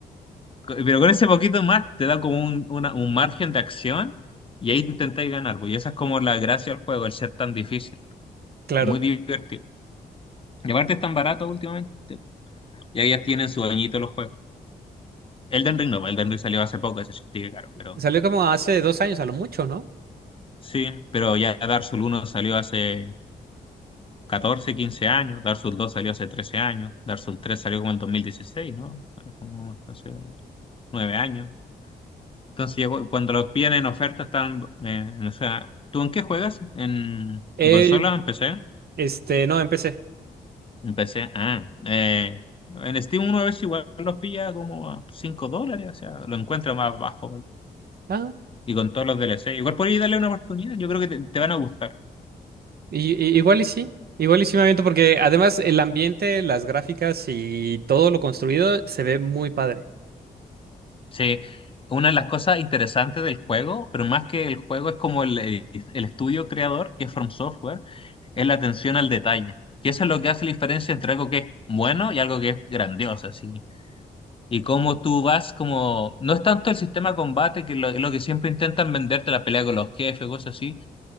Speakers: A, on the left; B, on the right.
A: Pero con ese poquito más te da como un, una- un margen de acción y ahí intentáis ganar, pues. Y esa es como la gracia del juego, el ser tan difícil,
B: Claro.
A: muy divertido. Y aparte es tan barato últimamente. Y ahí ya tienen su bañito los juegos. Elden Ring no, Elden Ring salió hace poco, ese sí sigue caro, pero
B: Salió como hace dos años a lo mucho, ¿no?
A: sí, pero ya Dark Souls uno salió hace 14 15 años, Dark Souls dos salió hace 13 años, Dark Souls tres salió como en el 2016, ¿no? Como hace 9 años. Entonces, llegó- cuando los piden en oferta están, eh, o sea, ¿tú en qué juegas? ¿En,
B: Eh,
A: en consola o en PC?
B: este, no, empecé.
A: En PC, ah, eh, en Steam uno a veces igual los pilla como a 5 dólares, o sea, lo encuentra más bajo. ¿vale?
B: Ah,
A: Y con todos los DLC, igual podéis darle una oportunidad, yo creo que te te van a gustar.
B: y, y- igual y sí. Igual y sí me aviento porque además el ambiente, las gráficas y todo lo construido se ve muy padre.
A: Sí, una de las cosas interesantes del juego, pero más que el juego es como el, el- el estudio creador, que es From Software, es la atención al detalle. Que eso es lo que hace la diferencia entre algo que es bueno y algo que es grandioso, así. Y cómo tú vas como... No es tanto el sistema de combate, que lo, lo que siempre intentan venderte la pelea con los jefes, cosas así,